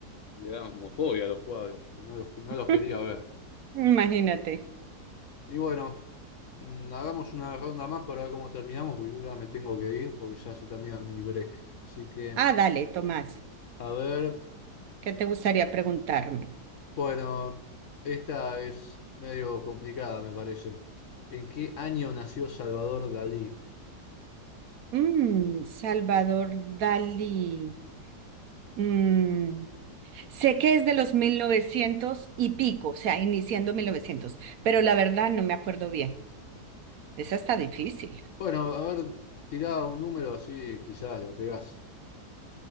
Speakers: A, on the left (about 60°); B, on the right (about 65°).
A: le daban como fobia a los cuadros, no los, no
B: <laughs>
A: los quería ver.
B: Imagínate.
A: Y bueno, mm, hagamos una ronda más para ver cómo terminamos, porque yo ya me tengo que ir, porque ya se termina mi break. Así que,
B: Ah, dale, Tomás,
A: a ver.
B: ¿qué te gustaría preguntarme?
A: Bueno, esta es medio complicada, me parece. ¿En qué año nació Salvador Dalí?
B: Mm, Salvador Dalí. Mm, Sé que es de los 1900 y pico, o sea, iniciando mil novecientos. pero la verdad no me acuerdo bien. Esa está difícil.
A: Bueno, a ver, tirá un número así, quizás la pegás.